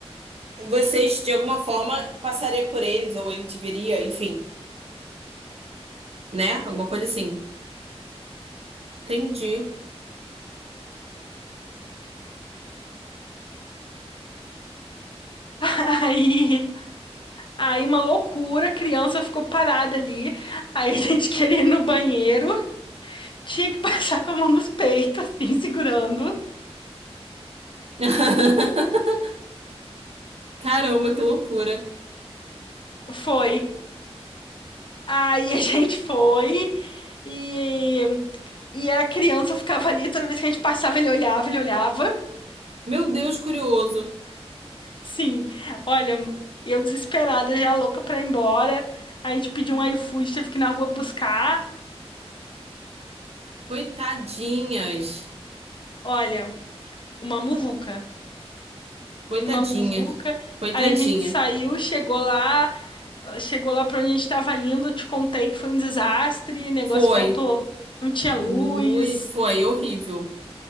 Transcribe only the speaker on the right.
Vocês, de alguma forma, passaria por eles, ou ele te veria, enfim, né? Alguma coisa assim. Entendi.
<laughs> Caramba, que loucura.
Meu Deus, curioso.
Coitadinhas.
Coitadinhas.
Coitadinha.
Foi.
Lui, foi horrível.